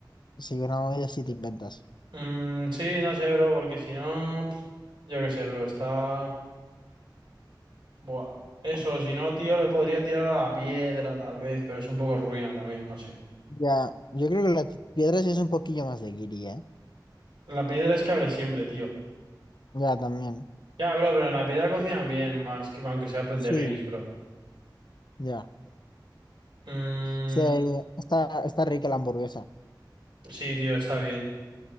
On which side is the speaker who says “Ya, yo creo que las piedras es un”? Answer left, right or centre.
Left